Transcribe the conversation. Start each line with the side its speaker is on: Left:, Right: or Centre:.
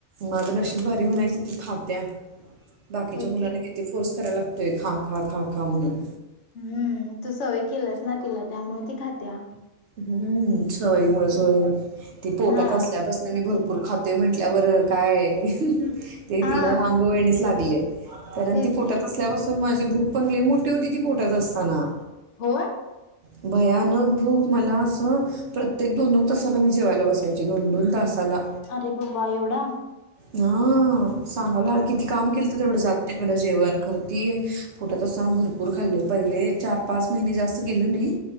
Right: माझ अशी बरी म्हणाय त ती खात्या बाकीच्या
Left: होय
Right: मुलांना
Left: की
Right: किती फोर्स करायला लागतोय खाका काका म्हणून
Left: हम्म तू सव एक केलाच नाला त्यामुळे खात्या
Right: हम्म सवारीमुळेचोय ती पोटात
Left: हा
Right: असल्यापासून मी भरपूर पूर खातो म्हटल्या बरं काय ते
Left: हा
Right: तिला अंगवळणीच लागले कारण
Left: तेच
Right: ती पोटात
Left: की
Right: असल्यापासून माझी भूक पलेू <inaudible> कठे तिथे पोटात असताना
Left: होय
Right: भयानक भूक मला असं प्रत्येक दोन दोन तासाला मी जेवायला बसायची दोन दोन तासाला
Left: अरे बाबा एवढा
Right: हा सांगावला किती काम केलं तर तेवढं जात नाही मला जेवण कररती पोटत असताना भरपूर खाल्ले पहिले चार पाच महिने जास्त केलं नाही